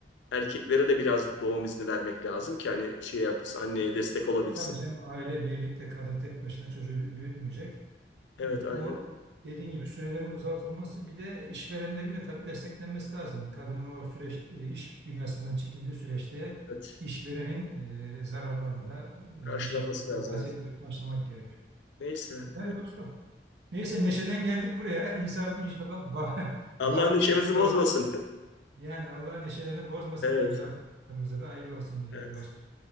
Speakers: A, on the left; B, on the right.
A: erkeklere de biraz doğum izni vermek lazım ki hani şey yapsın, anneye destek olabilsin.
B: tabii canım aile birlikte kadın tek başına çocuğu büyütmeyecek.
A: Evet,
B: E,
A: aynen.
B: O dediğin gibi sürelerin uzatılması bir de işverenlerin de tabii desteklenmesi lazım. Kadının o süreç e, iş dünyasından çekildiği süreçte
A: Evet.
B: işverenin e, zararlarını da
A: Karşılanması
B: e, bir şekilde
A: lazım.
B: bahsetmeye
A: Evet.
B: başlamak gerek.
A: Neyse.
B: Yani
A: Evet.
B: dostum. Neyse neşeden geldik buraya. E, İnsan inşallah bah, <laughs>
A: Allah'ın
B: bahtı
A: işimizi
B: iyi
A: bozmasın.
B: olur.
A: <laughs>
B: Yani Allah neşelerini bozmasın
A: Evet.
B: diyoruz arkadaşlarımıza da hayırlı olsun diliyorum
A: Evet.
B: dostum.